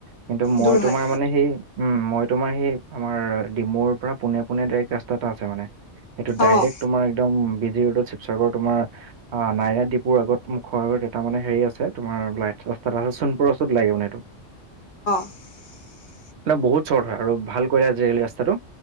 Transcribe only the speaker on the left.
দূৰ হয়
অঁ
<unintelligible>